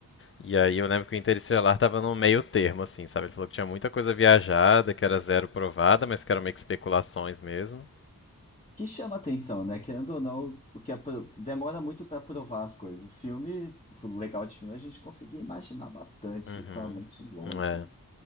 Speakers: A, on the left (about 35°); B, on the left (about 20°).
A: E aí eu lembro que o Interestelar tava no meio termo, assim, sabe? Ele falou que tinha muita coisa viajada, que era zero provada, mas que eram meio que especulações mesmo.
B: Que chama atenção, né? Querendo ou não, o que é pro- demora muito para provar as coisas. O filme, o legal de filme é a gente conseguir imaginar bastante
A: Uhum.
B: com a mente longe,
A: É.
B: né?